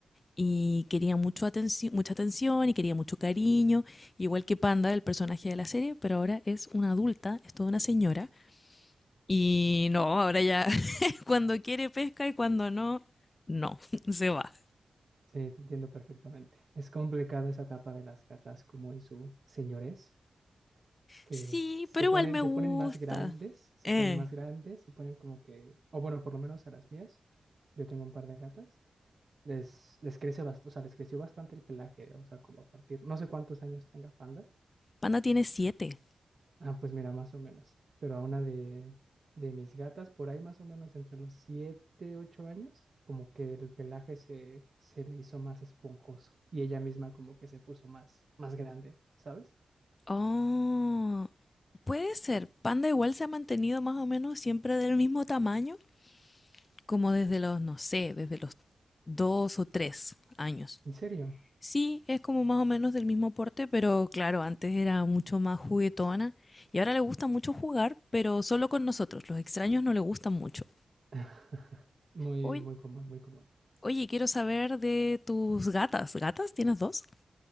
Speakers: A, on the left; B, on the right.
A: y quería mucho atenci- mucha atención y quería mucho cariño, igual que Panda, el personaje de la serie, pero ahora es una adulta, es toda una señora. Y no, ahora ya <laughs> cuando quiere pesca y cuando no, no, <laughs> se va.
B: Sí, te entiendo perfectamente. Es complicada esa etapa de las gatas como en su señores, que
A: Sí,
B: se
A: pero
B: ponen,
A: igual me
B: se
A: gusta.
B: ponen más grandes, se
A: Eh,
B: ponen más grandes, se ponen como que, o bueno, por lo menos a las mías. Yo tengo un par de gatas les, les crece bastante, o sea, les creció bastante el pelaje, o sea, como a partir, no sé cuántos años tenga Panda.
A: Panda tiene siete.
B: Ah, pues mira, más o menos. Pero a una de, de mis gatas, por ahí más o menos entre los 7 8 años, como que el pelaje se, se le hizo más esponjoso y ella misma como que se puso más, más grande, ¿sabes?
A: Oh, puede ser. Panda igual se ha mantenido más o menos siempre del mismo tamaño, como desde los, no sé, desde los dos o tres años.
B: ¿En serio?
A: Sí, es como más o menos del mismo porte, pero claro, antes era mucho más juguetona y ahora le gusta mucho jugar, pero solo con nosotros. Los extraños no le gustan mucho.
B: <laughs> Muy,
A: Oye,
B: muy común, muy común.
A: oye, quiero saber de tus gatas. ¿Gatas? ¿Tienes dos?